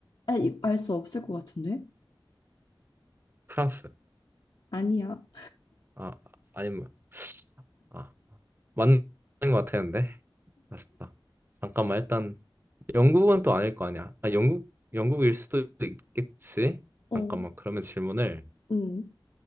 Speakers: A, on the left; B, on the right.
A: 아, 알수 없을 것 같은데?
B: 프랑스
A: 아니야.
B: 아 아니면 아 맞는 것 같았는데 아쉽다 잠깐만 일단 영국은 또 아닐 거 아니야. 아, 영국, 영국일 수도 있겠지.
A: 어,
B: 잠깐만, 그러면 질문을
A: 응,